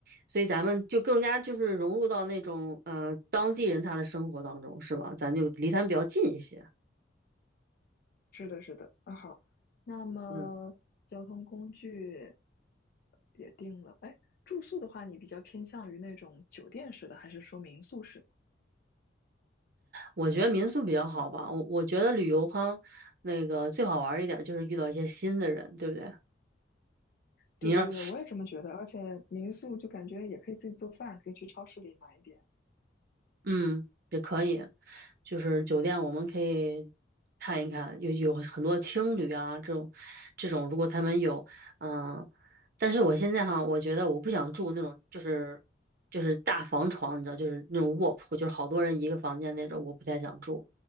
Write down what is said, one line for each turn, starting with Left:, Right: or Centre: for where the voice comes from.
Right: 所以咱们就更加就是融入到那种呃当地人他的生活当中，是吧？咱就离他们比较近一些。
Left: 是的，是的，啊好，那么交通工具
Right: 嗯，
Left: 也定了。哎，住宿的话，你比较偏向于那种酒店式的，还是说民宿式的？
Right: 我觉得民宿比较好吧，我我觉得旅游哈，那个最好玩儿一点儿就是遇到一些新的人，对不对？
Left: 对对对，
Right: 你要
Left: 我也这么觉得。而且民宿就感觉也可以自己做饭，可以去超市里买一点。
Right: 嗯，也可以，就是酒店我们可以看一看，有有很多青旅啊，这种这种，如果他们有，嗯，但是我现在哈，我觉得我不想住那种就是就是大房床，你知道，就是那种卧铺，就是好多人一个房间那种，我不太想住，